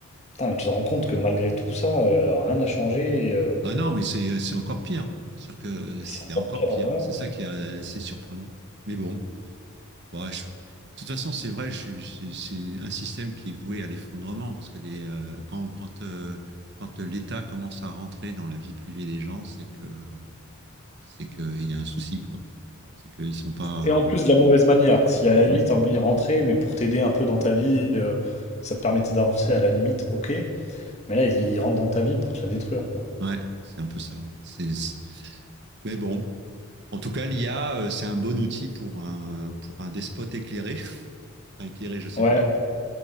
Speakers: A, on the left (about 30°); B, on the right (about 50°).
A: Putain, mais tu te rends compte que malgré tout ça, euh, rien n'a changé et, euh,
B: ah non, mais c'est, c'est encore pire. cest que
A: et
B: c'est
A: c'est encore
B: encore
A: pire.
B: pire.
A: ouais.
B: C'est ça qui est assez surprenant. Mais bon, bon, je- de toute façon, c'est vrai. je suis- c'est c'est un système qui est voué à l'effondrement parce que les, euh, quand, quand, euh, quand l'État commence à rentrer dans la vie privée des gens, c'est que, c'est que il y a un souci, quoi. C'est qu'ils sont pas.
A: Et en plus de la mauvaise manière, si à la
B: Ouais,
A: limite t'as envie de rentrer, mais pour t'aider un peu dans ta vie, euh, ça te permettait d'avancer à la limite, ok. Mais là, il rentre dans ta vie pour te la détruire. quoi.
B: Ouais, c'est un peu ça. ouais. C'est, c'est- Mais bon. En tout cas, l'IA, c'est un bon outil pour un, pour un despote éclairé. <laughs> Enfin, éclairé, je sais
A: Ouais,
B: pas,